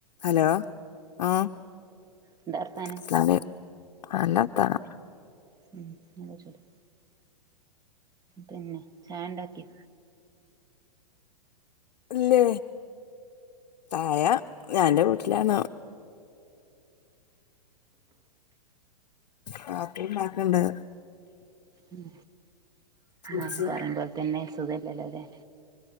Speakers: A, on the left; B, on the right.
A: Hello ആഹ്
B: എന്താ വർത്താനം
A: അസ്സലാമുഅലെയ് നല്ല അർത്താനം
B: ഉം നല്ല ചൂട് പിന്നെ ചായണ്ടാക്കി
A: ഇല്ലേ ചായ ഞാൻന്റെ വീട്ടിലാണ് കാക്കുണ്ടാക്ക്ണ്ട്
B: ഉം
A: കുടിച്ച്.
B: ആഹ് പറയുമ്പോൽതന്നെ സുഖല്ലല്ലോല്ലേ